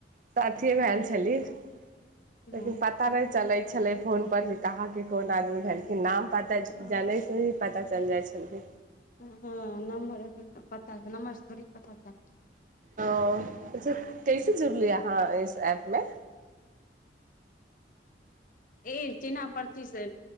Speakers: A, on the right; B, on the left.
A: साथिये भए छली देखेकिन
B: हूँ
A: पातारा चलै छै छलय फोन पर जे कहाह के कोन आदमी भेल नाम पता
B: हूँ
A: जानै से ही पता चलि जाइ छलियै
B: हुँ नम्बर पता नम्बर थोड़ पता चल
A: ओ अ कैसे जुड़लीै अहाँ इस एऐप मे
B: ई चिन्हना पर्ची से